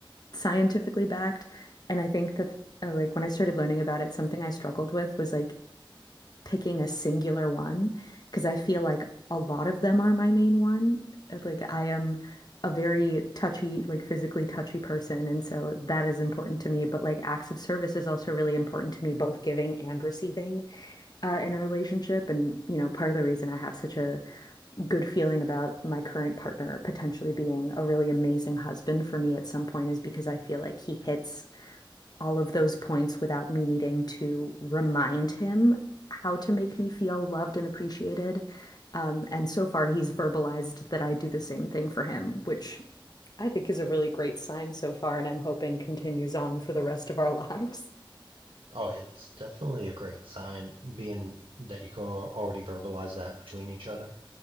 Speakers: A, on the left (about 50°); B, on the right (about 85°).
A: scientifically backed. And I think that uh, like when I started learning about it, something I struggled with was like picking a singular one because I feel like a lot of them are my main one. Like I am a very touchy, like physically touchy person, and so that is important to me. But like acts of service is also really important to me, both giving and receiving uh, in a relationship. And you know, part of the reason I have such a good feeling about my current partner potentially being a really amazing husband for me at some point is because I feel like he hits all of those points without me needing to remind him how to make me feel loved and appreciated. Um, and so far, he's verbalized that I do the same thing for him, which I think is a really great sign so far, and I'm hoping continues on for the rest of our lives.
B: oh it's definitely a great sign being that you can already verbalize that between each other